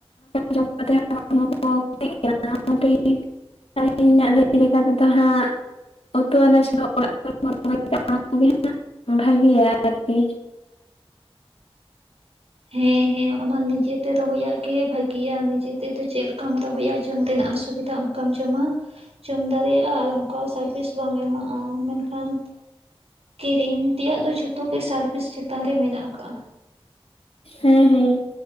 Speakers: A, on the left; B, on the right.
A: ᱡᱚᱢ ᱠᱟᱛᱮ ᱦᱚᱸᱠᱚ ᱠᱟᱹᱴ ᱜᱮᱭᱟ ᱚᱱᱟᱛᱮ <unintelligible> ᱟᱹᱞᱤᱧ ᱟᱜ ᱞᱟᱹᱭ ᱞᱮᱠᱟ ᱛᱮᱫᱚ ᱦᱟᱸᱜ ᱩᱛᱩ ᱟᱱᱟᱡ ᱠᱚ ᱚᱲᱟᱜ ᱨᱮ ᱠᱚᱜᱮ ᱦᱟᱸᱜ ᱵᱷᱟᱜᱮᱭᱟ ᱟᱨᱠᱤ
B: ᱦᱮᱸ ᱦᱮᱸ ᱚᱱᱟ ᱱᱤᱡᱮ ᱛᱮ ᱫᱚ ᱨᱚᱦᱚᱭ ᱜᱮ ᱵᱷᱟᱜᱤᱭᱟ ᱱᱤᱡᱮ ᱛᱮᱫᱚ ᱪᱮᱫ ᱞᱮᱠᱟᱢ ᱨᱚᱦᱚᱭᱟ ᱡᱚᱢ ᱨᱮᱱᱟᱜ ᱚᱥᱩᱵᱤᱫᱟ ᱾ ᱚᱱᱠᱟᱢ ᱡᱚᱢᱟ ᱡᱚᱢ ᱫᱟᱲᱮᱭᱟᱜᱼᱟ ᱟᱨ ᱚᱱᱠᱟ ᱥᱟᱨᱵᱷᱤᱥ ᱵᱟᱢ ᱮᱢᱟᱜᱼᱟ ᱢᱮᱱᱠᱷᱟᱱ ᱠᱤᱨᱤᱧ ᱛᱮᱭᱟᱜ ᱫᱚ ᱡᱷᱚᱛᱚ ᱜᱮ ᱥᱟᱨᱵᱷᱤᱥ ᱪᱮᱛᱟᱱ ᱨᱮ ᱢᱮᱱᱟᱜ ᱟᱠᱟᱜᱼᱟ᱾
A: ᱦᱮᱸ ᱦᱮᱸ